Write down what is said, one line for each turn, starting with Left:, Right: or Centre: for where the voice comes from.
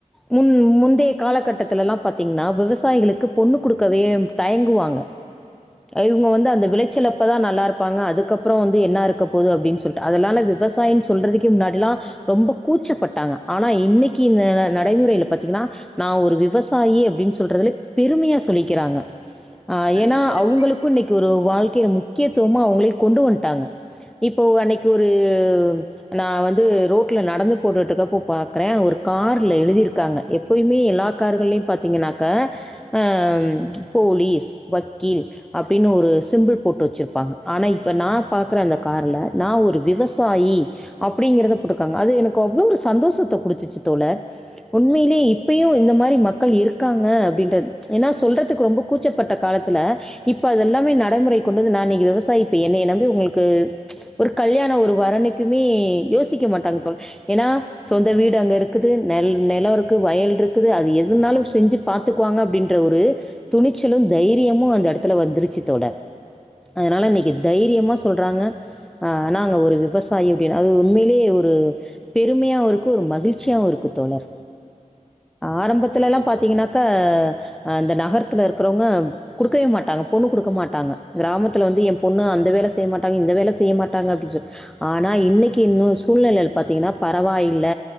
Centre: முந் முந்திய காலகட்டத்திலலாம் பாத்திங்கனா விவசாயிகளுக்கு பொண்ணு குடுக்கவே தயங்குவாங்க அ இவங்க வந்து அந்த விளைச்சலப்பதா நல்லா இருப்பாங்க அது அதுக்கப்றம் வந்து என்னாருக்க போது அப்டினு சொல்ட்டு அதெலான விவசாயினு சொல்றதுக்கே முன்னாடிலாம் ரொம்ப கூச்சப்பட்டாங்க ஆனா இன்னிக்கு இந்த அ நடைமுறையில பாத்தீங்கன்னா நா ஒரு விவசாயி அப்டினு சொல்றதுலப் பெருமையா சொல்லிக்கிறாங்க ஆ
Right: கண்டிப்பா
Centre: ஏனா அவங்களுக்கு
Right: தோழி
Centre: இன்னிக்கு ஒரு வாழ் கே முக்கியத்துவமா அவுங்களே கொண்டு வன்ட்டாங்க இப்போ அன்னிக்கு ஒரு நா வந்து ரோட்டுல நடந்து போட்டுட்டுருக்கப்போ பாக்குறே ஒரு காருல எழுதியிருக்காங்க எப்பயுமே எல்லா கார்கள்லயும் பாத்தீங்கன்னாக்கா ம் போலீஸ் வக்கீல் அப்டினு ஒரு சிம்புள் போட்டு வச்சிருப்பாங்க ஆனா இப் இப்ப நா பாக்கற அந்த காருல நான் ஒரு விவசாயி அப்டிங்கறத போட்டுருக்காங்க அது எனக்கு அவ்ளோ ஒரு சந்தோஷத்த கொடுத்துச்சி தோலர் உண்மையிலே இப்பயு இந்த மாதிரி மக்கள் இருக்காங்க அப்டின்றது ஏனா சொல்றதுக்கு ரொம்ப கூச்சப்பட்ட காலத்துல இப்ப அதெல்லாமே நடைமுறை கொண்டுந்து நா இனிக்கு விவசாயி இப்ப என்னிய நம்பி உங்குளுக்கு ஒரு கல்யாணோ ஒரு வரனுக்குமே யோசிக்க மாட்டாங்க தோல ஏனா சொந்த வீடு அங்க இருக்குது நெலம் இருக்கு வயல் இருக்குது அது எதுனாலு செஞ்சி பாத்துக்குவாங்க அப்டின்ற ஒரு துணிச்சலும் தைரியமும் அந்த எடத்துல வந்துருச்சி தோலர் அதனாலன்னை தைரியமா
Right: கண்டிப்பா
Centre: சொல்றாங்க ஆ நாங்க ஒரு விவசாயி அப்படினு அது உண்மையிலியே ஒரு பெருமையாவு இருக்கு ஒரு மகிழ்ச்சியாவு இருக்கு தோலர் ஆரம்பத்துலலாம்
Right: மகிழ்ச்சி
Centre: பாத்தீங்கன்னாக்கா
Right: தோழி
Centre: இந்த நகரத்துல இருக்குறவங்க குடுக்கவே மாட்டாங்க பொண்ணு குடுக்க மாட்டாங்க கிராமத்தில வந்து எம்ப் பொண்ணு அந்த வேல செய்ய மாட்டாங்க இந்த வேல செய்ய மாட்டாங்க அப்டின்றது ஆனா இன்னிக்கு என்னு சூழ்நிலையில பாத்தீங்கனா பரவாயில்ல